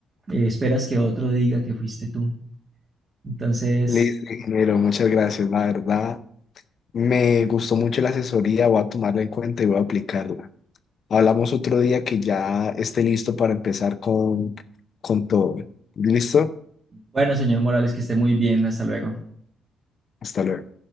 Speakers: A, on the right; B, on the left.
A: eh, esperas que otro diga que fuiste tú. Entonces,
B: Listo, ingeniero, muchas gracias. La verdad, me gustó mucho la asesoría, voy a tomarla en cuenta y voy a aplicarla. Hablamos otro día que ya esté listo para empezar con, con todo. ¿Listo?
A: bueno, señor Morales, que esté muy bien. Hasta luego.
B: Hasta luego.